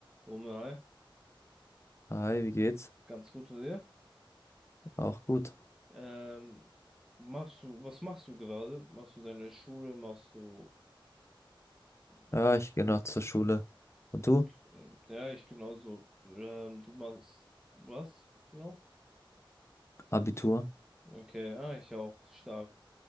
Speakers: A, in the centre; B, on the left.
A: Romeo, hi.
B: Hi, wie geht's?
A: Ganz gut und dir.
B: Auch gut.
A: Ähm, machst du, was machst du gerade? Machst du deine Schule? Machst du, was
B: Ja,
A: machst
B: ich gehe
A: du?
B: noch zur Schule. Und du?
A: Ähm, ja, ich genauso. Ähm, du machst was? Genau?
B: Abitur?
A: Okay, ah, ich auch, stark.